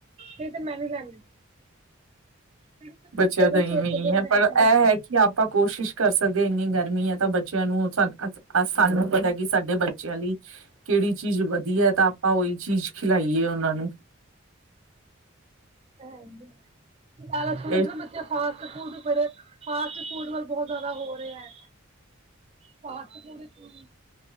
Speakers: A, on the right; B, on the right.
A: ਨਹੀਂ ਤੇ ਮੈਂ ਨੀ ਲੈਣੀ। ਮੇਰੇ
B: ਬੱਚਿਆਂ ਦਾ ਇਵੇਂ
A: ਚੋਕੋਬਾਰ
B: ਹੀ ਹੈ, ਪਰ
A: ਹੈਗੀ
B: ਇਹ ਹੈ ਕਿ। ਕਿ ਆਪਾਂ ਕੋਸ਼ਿਸ਼ ਕਰ ਸਕਦੇ ਹਾਂ। ਇੰਨੀ ਗਰਮੀ ਹੈ ਤਾਂ ਬੱਚਿਆਂ ਨੂੰ ਸਾਨੂੰ ਪਤਾ ਕਿ ਸਾਡੇ ਬੱਚੇ। ਬੱਚਿਆਂ ਲਈ ਕਿਹੜੀ ਚੀਜ਼ ਵਧੀਆ ਤਾਂ ਆਪਾਂ ਉਹੀ ਚੀਜ਼ ਖਿਲਾਏ ਉਹਨਾਂ ਨੂੰ।
A: <inaudible> ਫਾਸਟ-
B: ਇਹ
A: ਫੂਡ ਬੜੇ ਫਾਸਟ- ਫੂਡ ਵੱਲ ਬਹੁਤ ਜ਼ਿਆਦਾ ਹੋ ਰਿਹੇ ਨੇ। ਫਾਰਸ- ਫੂੜ ਚੁਲ